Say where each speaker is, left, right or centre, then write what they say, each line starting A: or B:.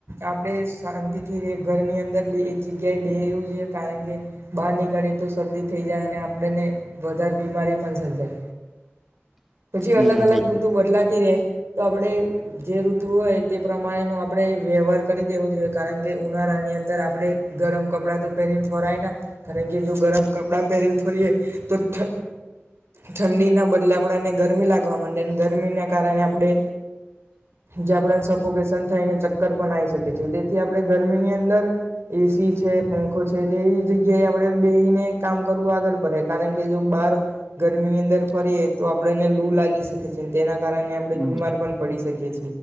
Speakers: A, on the right (about 65°); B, in the centre.
A: આપણે શાંતિથી ર ઘરની અંદર એક જગ્યાએ બે રહેવું જોઈએ, કારણ કે બહાર નીકળીએ તો શરદી થઈ જાય અને આપણને વધારે બીમારી પણ સર્જાય. પછી
B: હમ
A: અલગ અલગ
B: એ
A: ઋતુ બદલાતી રે. તો આપણે જે ઋતુ હોય, તે પ્રમાણેનો આપણે વ્યવહાર કરી દેવો જોઈએ, કારણ કે ઉનાળાની અંદર આપણે ગરમ કપડાં તો પહેરીને ફરાય ના કારણ કે જો ગરમ કપડાં પહેરીને ફોરીએ તો ઠંડીના બદલે આપણાને ગર ગમી લવા માંે ગરમીના કારણે આપણે, જે આપ સફોકેશન થાયને ચક્કર પણ આવી શકી છે, તેથી આપણે ગરમી ની અંદર એસી છે, પંખો છે તેવી જગ્યાએ આપણે બેસીને કામ કરવું આગળ પડે, કારણ કે જો બહાર ગરમીની અંદર ફરીએ તો આપ ને લુ લાગી શકે છે, તેના કારણે આપણે
B: હમ
A: બીમાર પણ પડી શકીએ છીએ.